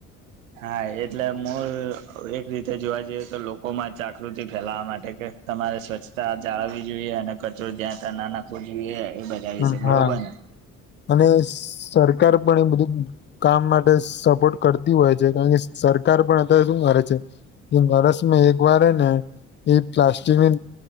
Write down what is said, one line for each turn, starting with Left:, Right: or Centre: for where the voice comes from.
Right: હા એટલે હું એક રીતે જોવા જઈએ તો લોકોમાં જાગૃતિ ફેલાવા માટે કે તમારે સ્વચ્છતા જાળવવી જોઈએ અને કચરો જ્યાં ત્યાં ના નાખવો જોઈએ એ બધા વિશે
Left: હમ
Right: બરોબર
Left: હા
Right: ને
Left: અને સરકાર પણ એ બધું કામ માટે સપોર્ટ કરતી હોય છે કારણ કે સરકાર પણ અત શું રસ મે એક વાર ને એ પ્લાસ્ટિકની